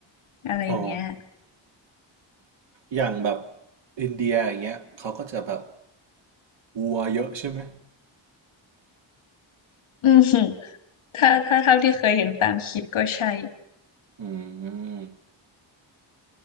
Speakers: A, on the left; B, on the right.
A: อะไรอย่างเงี้ย
B: อ๋อ อย่างแบบอินเดียอย่างเงี้ยเขาก็จะแบบวัวเยอะใช่ไหม
A: อืมถ้าถ้าเท่าที่เคยเห็นตามคลิปก็ใช่
B: อืม